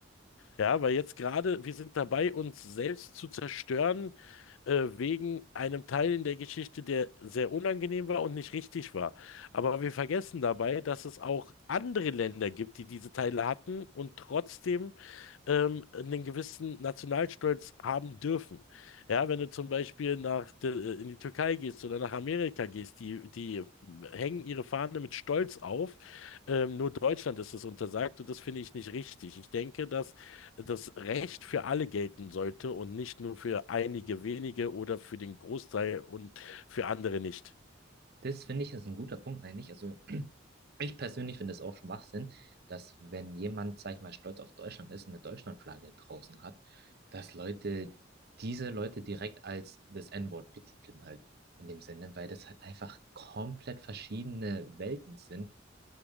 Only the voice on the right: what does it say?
das finde ich ist ein guter Punkt eigentlich. Also Ich persönlich finde es auch Schwachsinn, dass wenn jemand, sag ich mal, stolz auf Deutschland ist und eine Deutschlandflagge draußen hat, dass Leute diese Leute direkt als das N-Wort betiteln halt in dem Sinne, weil das halt einfach komplett verschiedene Welten sind.